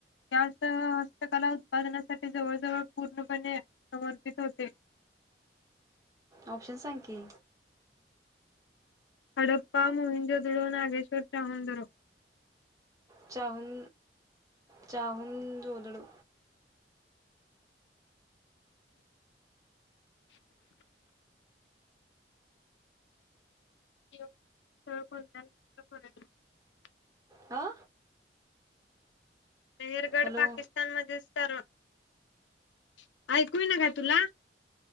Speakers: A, on the left (about 80°); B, on the right (about 20°).
A: यासह हस्तकला उत्पादनासाठी जवळजवळ पूर्णपणे समर्पित होते.
B: ऑप्शन सांग की
A: हडप्पा मोहिंज धुडो नागेश्वर ाहूनधरो...
B: चाहून चाहून जोदडू....
A: <inaudible>
B: हा
A: मिहेरगड
B: हॅलो
A: पाकिस्तान मध्येच तर... <inaudible> ऐकू येईना का तुला?